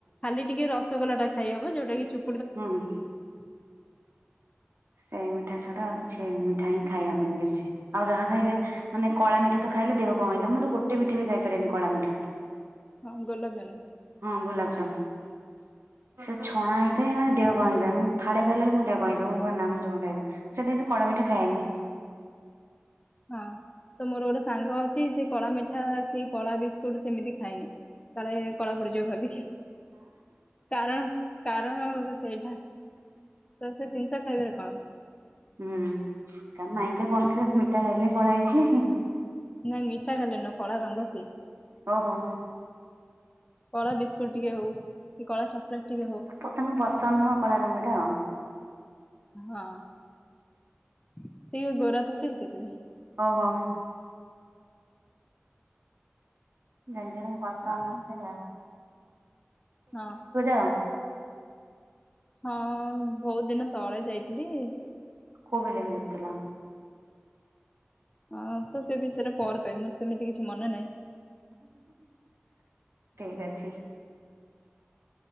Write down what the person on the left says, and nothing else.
ଖାଲି ଟିକେ ରସଗୋଲା ଟା ଖାଇ ହବ ଯୋଉଟା କି ଚୁ
<inaudible>
ହଁ ଗୋଲାପଜାମୁ
<inaudible> ହଁ ତ ମୋର ଗୋଟେ ସାଙ୍ଗ ଅଛି ସେ କଳା ମିଠା କି କଳା ବିସ୍କୁଟ ସେମିତି ଖାଇନି। କାଳେ କଳା ପଡିଯିବ ଭାବିକି। କାରଣ କାରଣ ସେଇଟା ତ ସେ ଜିନିଷ ଖାଇବାରେ କଣ ଅଛି।
ନାଇଁ ମିଠା ଖାଇଲେ ନୁ କଳା ରଙ୍ଗ ସିଏ।
କଳା ବିସ୍କୁଟ ଟିକେ ହୋଉ କି କଳା ଚକୋଲେଟ ଟିକେ ହୋଉ।
ହଁ ସେ ଗୋରାଥ ସେ ସେଥିପାଇଁ।
ଆଉ
ହଁ
ହଁ ବହୁତ ଦିନ ତଳେ ଯାଇଥିଲି।
ହଁ ତ ସେ ବିଷୟରେ ପର କହିବି ମୋର ସେମିତି କିଛି ମନେ ନାହିଁ।